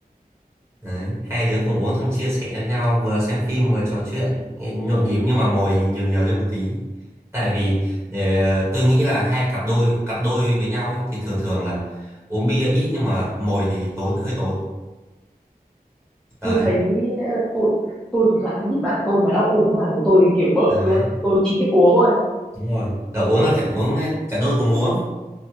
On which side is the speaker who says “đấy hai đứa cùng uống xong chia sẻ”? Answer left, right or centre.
Right